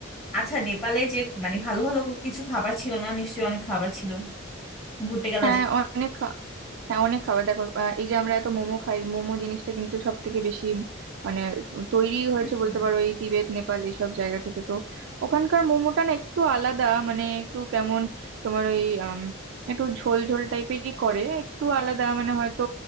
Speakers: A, on the left; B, on the right.
A: আচ্ছা নেপালে যে মানে ভালো ভালো কিছু খাবার ছিল না নিশ্চয়ই অনেক খাবার ছিল ঘুরতে গেলা
B: হ্যাঁ
A: যে
B: অনেক হ্যাঁ অনেক খাবার দেখো আহ, এই যে আমরা এত মোমো খাই মোমো জিনিসটা কিন্তু সব থেকে বেশি মানে তৈরি হয়েছে
A: হুম, হুম।
B: বলতে পারো এই তিবেত নেপাল এইসব জায়গা থেকে তো ওখানকার মোমোটা না একটু আলাদা মানে একটু কেমন তোমার ওই আম, একটু ঝোল ঝোল টাইপেরই করে একটু আলাদা মানে হয়তো